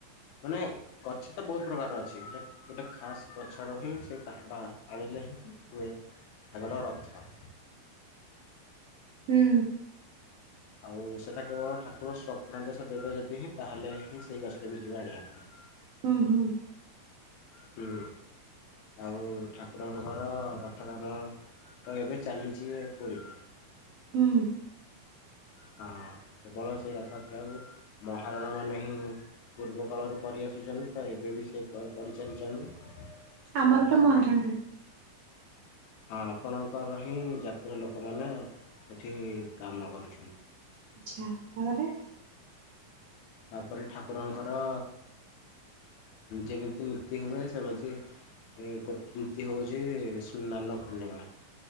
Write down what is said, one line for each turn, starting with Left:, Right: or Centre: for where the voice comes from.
Left: ମାନେ ଗଛ ତ ବୋହୁତ ପ୍ରକାର ଅଛି, ହେ ଗୋଟେ ଖାସ୍ ଗଛ ରହି ସେ କାଠ ଟା ଆଣି ହୁଏ ରଥ।
Right: ହୁଁ।
Left: ଆଉ ସେଇଟା କେବଳ ଠାକୁର ସ୍ୱପ୍ନାଦେଶ ଦେବେ ଯଦି ହିଁ ତାହେଲେ ହିଁ ସେଇ ଗଛଟାକୁ ଯିବେ ଆଣିବା ପାଇଁ।
Right: ଉଁ ହୁଁ।
Left: ହୁଁ ଆଉ ଠାକୁରଙ୍କର ରଥ କାମ ତ ଏବେ ଚାଲିଛି ପୁରୀରେ।
Right: ହୁଁ।
Left: ହଁ କେବଳ ସେ ରଥଯାତ୍ରାକୁ ମହାରଣା ମାନ ହିଁ ପୂର୍ବ କାଳରୁ କରିଆସୁଛନ୍ତି ତ ଏବେ ବି ସେ କରି ଚାଲିଛନ୍ତି।
Right: ଆମର
Left: ଆଉ ଠାକୁର
Right: ତ ମହାରଣା।
Left: ହଁ ଆପଣଙ୍କର ହିଁ ଜାତି ଲୋକମାନେ ସେଠି କାମ କରୁ
Right: ଆଚ୍ଛା ତାପରେ?
Left: ତାପରେ ଠାକୁରଙ୍କର ଯେମିତି ନୀତି ହୁଏ ସେମିତି ଦେ ଗୋ ନୀତି ହୋଉ ଯେ ସ୍ନାନ ପୂର୍ଣ୍ଣିମା